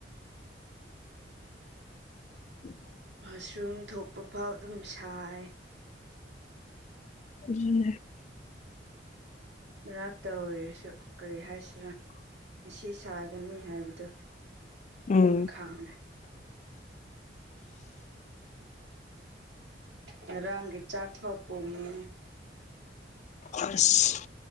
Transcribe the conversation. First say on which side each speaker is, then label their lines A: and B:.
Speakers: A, on the left (about 40°); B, on the right (about 80°).
A: <inaudible>
B: ꯃꯁꯔꯨꯝ ꯊꯣꯛꯄ ꯐꯥꯎ ꯑꯗꯨꯝ ꯁꯥꯏ꯫
A: ꯑꯗꯨꯅꯦ꯫
B: ꯃꯔꯛꯇ ꯑꯣꯏꯔꯁꯨ ꯀꯔꯤ ꯍꯥꯏꯁꯤꯔꯥ꯫ ꯃꯁꯤ ꯁꯥꯒꯅꯤ ꯍꯥꯏꯕꯗꯨ ꯑꯗꯨꯝ
A: ꯎꯝ
B: ꯈꯪꯉꯦ꯫ ꯉꯔꯥꯡꯒꯤ ꯆꯥꯛꯐꯥꯎ ꯄꯨꯝꯃꯦ꯫
A: ꯑꯁ